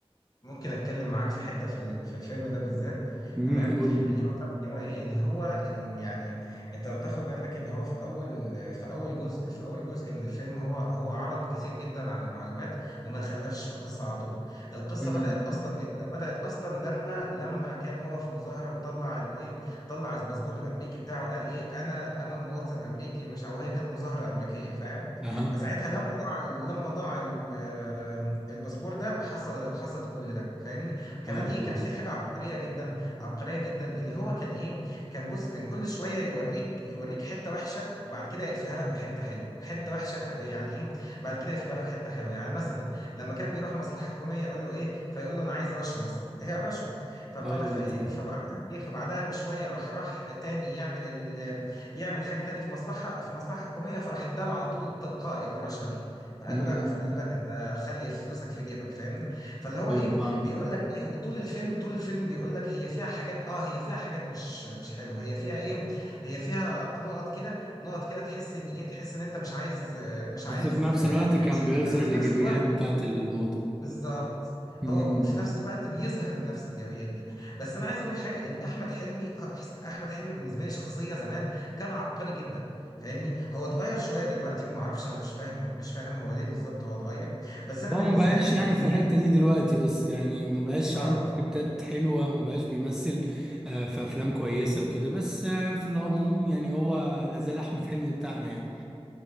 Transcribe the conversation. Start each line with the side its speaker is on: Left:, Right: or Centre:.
Left: ممكن اتكلم معاك في حته في ال- في الفيلم ده بالذات
Centre: امم
Left: تمام
Centre: قول لي
Left: ان هو ان هو ايه ان هو ال- يعني انت لو تاخد بالك ان هو في اول في اول جزء في اول جزء من الفيلم هو هو عرض كتير جدا عن المعلومات وما دخلناش في القصه على طول القصه
Centre: امم
Left: بدات اصلا امتى بدات اصلا لما لما كان هو في مظاهره وطلع الايه طلع الباسبور الامريكي بتاعه قال ايه انا انا مواطن امريكي مش او هي كانت مظاهره امريكيه فاهم
Centre: اها
Left: فساعتها لما ضاع لما ضاع ال- آه، الباسبور ده حصل حصل كل ده فاهمني كمان
Centre: اه
Left: ايه
Centre: فاهم
Left: كان في حاجه عبقريه جدا عبقريه جدا ان هو كان ايه كان بص كان كل شويه يوريك يوريك حته وحشه وبعد كده يقفلها لك بحته حلوه حته وحشه ف- يعني ايه بعد كده يقفلها لك حته حلوه يعني مثلا لما كان بيروح مصلحه حكوميه يقول له ايه فيقول له انا عايز رشوه مثلا اللي هي الرشوه فبتاع
Centre: اه
Left: ده فايه
Centre: بالظبط
Left: فبعدها ايه فبعدها بشويه راح راح تاني يعمل ال يعمل حاجه تاني في مصلحه في مصلحه حكوميه فراح اداله على طول تلقائي الرشا دي فقال
Centre: امم
Left: له لا فقال له لا انت خلي فلوسك في جيبك فاهمني فاللي هو
Centre: ايوه
Left: ايه
Centre: فاهم
Left: بيقول لك ايه هو طول الفيلم طول الفيلم بيقول لك هي فيها حاجات اه هي فيها حاجات مش مش حلوه هي فيها ايه هي فيها نقط كده نقط كده تحس ان ايه تحس ان انت مش عايز آه، مش
Centre: بس
Left: عايز
Centre: في نفس
Left: آه،
Centre: الوقت
Left: تعيش
Centre: كان بيظهر
Left: هنا بس في
Centre: الايجابيات
Left: نفس الوقت
Centre: بتاعت الموضوع
Left: بالظبط
Centre: امم
Left: هو في نفس الوقت بيظهر نفس الايجابيات دي بس انا عايز اقول لك حاجه ان احمد حلمي أحسن- احمد حلمي بالنسبه لي شخصيه زمان كان عبقري جدا فاهمني هو اتغير شويه دلوقتي وما اعرفش انا مش فاهم مش فاهم هو ليه بالظبط هو اتغير بس انا
Centre: هو
Left: بالنسبه
Centre: ما بقاش
Left: لي
Centre: يعني
Left: بالنسبه
Centre: في الحته
Left: لي
Centre: دي دلوقتي بس يعني ما بقاش
Left: اه
Centre: عنده سكريبتات حلوه ما بقاش بيمثل آه، في افلام كويسه وكده بس آه، في العموم يعني هو لازال احمد حلمي بتاعنا يعني